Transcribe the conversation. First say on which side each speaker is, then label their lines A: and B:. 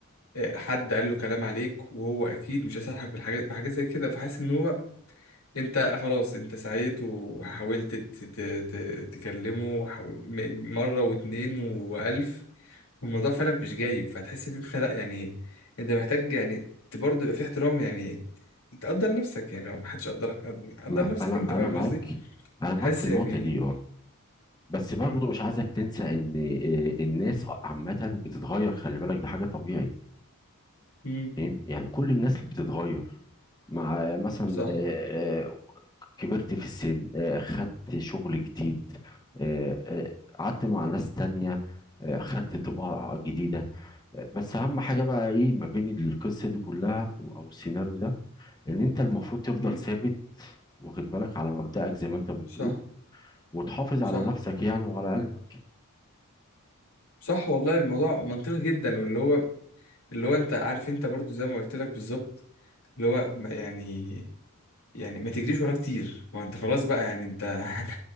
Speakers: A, on the left; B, on the left.
A: آه، حد قال له كلام عليك وهو اكيد مش هيصالحك بالحاجات بحاجات زي كده فحاسس ان هو انت خلاص انت سعيت وحاولت ت- ت- ت- تكلمه وحاول- م- مرة واتنين والف والموضوع فعلا مش جايب فتحس ان انت لا يعني انت محتاج يعني ت- برضه يبقى في احترام يعني تقدر نفسك يعني لو محدش قدرك قد- قدر
B: ما
A: نفسك
B: انا
A: انت
B: انا
A: فاهم
B: معاك
A: قصدي
B: انا معاك
A: حاسس
B: في النقطه
A: يعني
B: دي اه بس برضه
A: مم،
B: مش عايزك تنسى ان آه، الناس عامه بتتغير خلي بالك ده حاجه طبيعي
A: مم،
B: فاهم؟ يعني كل الناس بتتغير مع مثلا
A: صح
B: آه، آه، كبرت في السن آه، خدت شغل جديد آه، آه، قعدت مع ناس تانية آه، خدت طباع جديدة آه، بس أهم حاجة بقى إيه ما بين القصة دي كلها أو أو السيناريو ده إن أنت المفروض تفضل
A: مم،
B: ثابت واخد بالك على مبدأك زي ما أنت بتقول
A: صح
B: وتحافظ
A: صح
B: على نفسك يعني وعلى قلبك
A: صح والله الموضوع منطقي جدا واللي هو اللي هو انت عارف انت برضه زي ما قلت لك بالظبط اللي هو ما- يعني يعني ما تجريش وراه كتير ما انت خلاص بقى يعني انت <laughs>